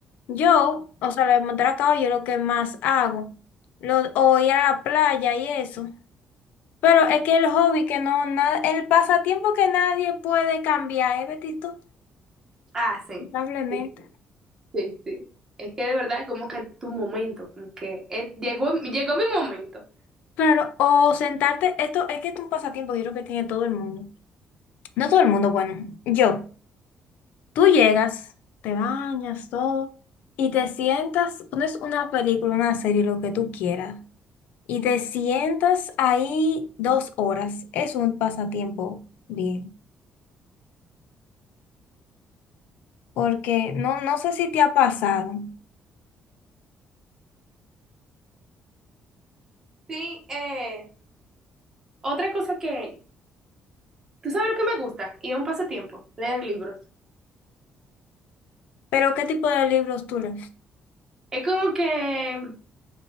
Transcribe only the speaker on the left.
Yo, o sea, lo de montar a caballo es lo que más hago. Lo, o ir a la playa y eso. Pero es que el hobby que no, na- el pasatiempo que nadie puede cambiar, ¿eh, Betito?
Lamentablemente.
Claro, o sentarte, esto es que es un pasatiempo, yo creo que tiene todo el mundo. No todo el mundo, bueno, yo. Tú llegas, te bañas, todo, y te sientas, pones una película, una serie, lo que tú quieras, y te sientas ahí dos horas. Es un pasatiempo bien, porque no, no sé si te ha pasado,
pero ¿qué tipo de libros tú lees?